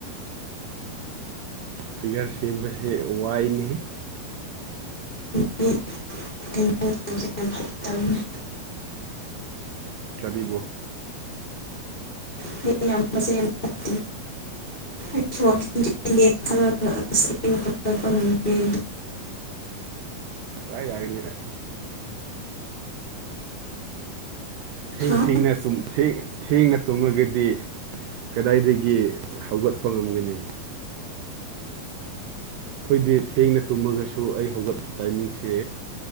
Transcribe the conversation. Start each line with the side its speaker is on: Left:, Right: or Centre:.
Right: ꯐꯤꯒꯔ ꯁꯦꯝꯕꯁꯦ ꯋꯥꯏꯅꯦꯍꯦ
Left: ꯀꯩꯅꯣ ꯇꯧꯕꯁꯦ ꯌꯥꯝ ꯐꯠꯇꯕꯅꯤ
Right: ꯀꯔꯤꯕꯨ
Left: <unintelligible> ꯌꯥꯝ ꯐꯠꯇꯦ ꯑꯩꯁꯨ ꯋꯥꯛꯀꯤꯡ ꯆꯦꯟꯒꯦ ꯈꯜꯂꯒ ꯑꯁꯦꯡꯕꯩ ꯍꯧꯒꯠꯄ ꯉꯝꯗꯦ ꯑꯩꯗꯨ
Right: ꯀꯔꯥꯏ ꯌꯥꯔꯤꯅꯤꯑꯦ ꯊꯦꯡ
Left: ꯍꯥ
Right: ꯊꯦꯡꯅ ꯇꯨꯝ ꯊꯦꯡ ꯊꯦꯡꯅ ꯇꯨꯝꯃꯒꯗꯤ ꯀꯗꯥꯏꯗꯒꯤ ꯍꯧꯒꯠꯄ ꯉꯝꯒꯅꯤ ꯈꯣꯏꯗꯤ ꯊꯦꯡꯅ ꯇꯨꯝꯃꯒꯁꯨ ꯑꯩ ꯍꯧꯒꯠꯄ ꯇꯥꯏꯃꯤꯡꯁꯦ